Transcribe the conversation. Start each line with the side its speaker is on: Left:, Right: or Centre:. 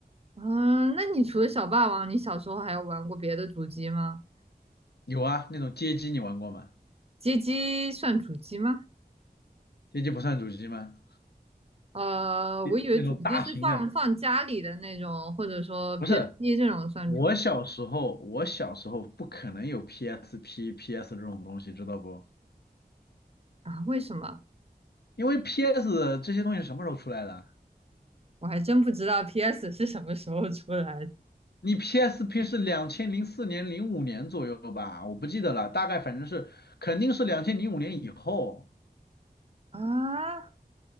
Right: 嗯，那你除了小霸王，你小时候还有玩过别的主机吗？
Left: 有啊，那种街机你玩过吗？
Right: 街机算主机吗？
Left: 街机不算主机吗？
Right: 呃，
Left: 那那种大型的，
Right: 我以为主机是放放家里的那种，或者说 PSP
Left: 不是。
Right: 这种算主机
Left: 我小时候，我小时候不可能有 PSP、PS 这种东西，知道不？
Right: 啊？为什么？
Left: 因为 PS 这些东西什么时候出来的？
Right: 我还真不知道 PS 是什么时候出来的
Left: 你 PSP 是两千零四年、零五年左右吧？我不记得了，大概反正是肯定是两千零五年以后
Right: 啊？